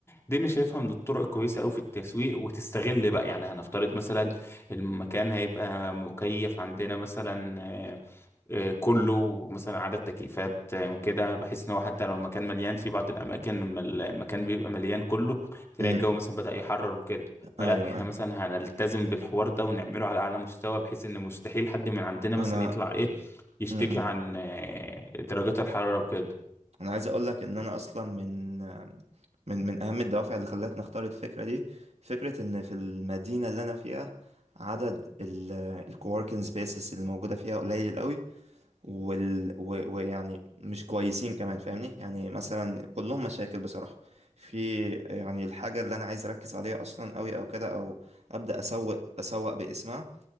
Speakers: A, on the left; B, on the right.
A: دي انا شايفها من الطرق الكويسه قوي في التسويق وتستغل بقى يعني هنفترض مثلا المكان هيبقى مكيف عندنا مثلا آه، آه، كله مثلا عدد تكييفات آه، كده بحيث ان هو حتى لو المكان مليان في بعض الاماكن لما المكان بيبقى مليان كله تلاقي
B: امم
A: الجو مثلا بدأ يحرر وكده فلا
B: ايوه
A: احنا
B: ايوه
A: مثلا هنلتزم بالحوار ده ونعمله على اعلى مستوى بحيث ان مستحيل حد من عندنا مثلا
B: انا
A: يطلع ايه يشتكي
B: امم
A: عن آه، درجات الحراره وكده
B: انا عايز اقول لك ان انا اصلا من من من اهم الدوافع اللي خلتني اختار الفكره دي فكره ان في المدينه اللي انا فيها عدد الكووركينج سبيسز اللي موجوده فيها قليل قوي وال و- ويعني مش كويسين كمان فاهمني يعني مثلا كلهم مشاكل بصراحه في يعني الحاجه اللي انا عايز اركز عليها اصلا قوي او كده او ابدا اسوق اسوق باسمها